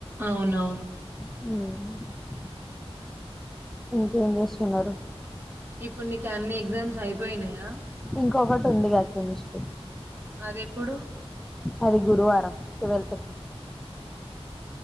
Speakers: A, on the right; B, in the centre.
A: అవునవును
B: మ్మ్ ఇంకేం చేస్తున్నారు
A: ఇప్పుడు నీకు అన్ని ఎగ్జామ్స్ అయిపోయినాయా
B: ఇంకొకటి ఉందిగా కెమిస్ట్రీ
A: అది ఎప్పుడు
B: అది గురువారం ట్వెల్త్ కి